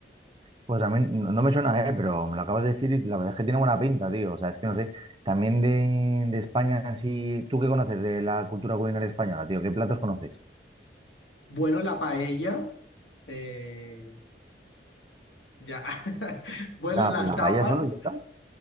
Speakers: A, on the right; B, on the left.
A: Pues a mí no no me suena, eh, pero me lo acabas de decir y la verdad es que tiene buena pinta, tío. O sea, es que no sé, también de, de España, así, ¿tú qué conoces de la cultura culinaria española, tío? ¿Qué platos conoces?
B: Bueno, la paella. eh, Ya. <laughs> Bueno,
A: ¿La,
B: las
A: la
B: tapas,
A: paella solo y ya está?